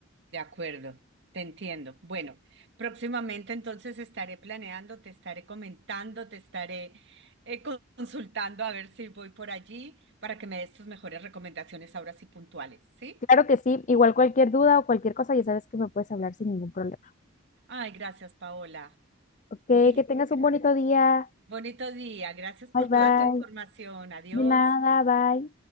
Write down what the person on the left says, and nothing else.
Claro que sí, igual cualquier duda o cualquier cosa, ya sabes que me puedes hablar sin ningún problema.
Ok,
que
tengas
un bonito día.
Bye bye.
De nada, bye.